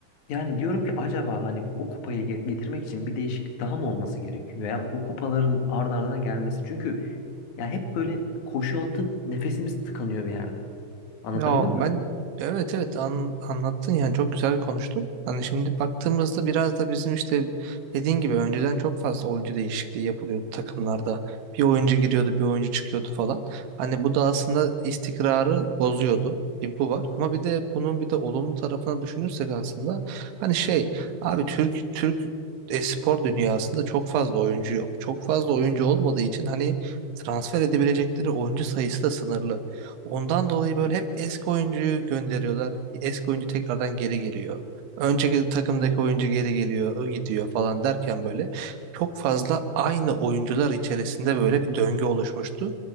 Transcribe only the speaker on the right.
Ya ben
evet evet an, anlattın yani çok güzel konuştun. Hani şimdi baktığımızda biraz da bizim işte dediğin gibi önceden çok fazla oyuncu değişikliği yapılıyordu takımlarda. Bir oyuncu giriyordu, bir oyuncu çıkıyordu falan. Hani bu da aslında istikrarı bozuyordu. Bir bu var. Ama bir de bunun bir de olumlu tarafına düşünürsek aslında hani şey abi Türk Türk e-spor dünyasında çok fazla oyuncu yok. Çok fazla oyuncu olmadığı için hani transfer edebilecekleri oyuncu sayısı da sınırlı. Ondan dolayı böyle hep eski oyuncuyu gönderiyorlar. Eski oyuncu tekrardan geri geliyor. Önceki takımdaki oyuncu geri geliyor, o gidiyor falan derken böyle çok fazla aynı oyuncular içerisinde böyle bir döngü oluşmuştu.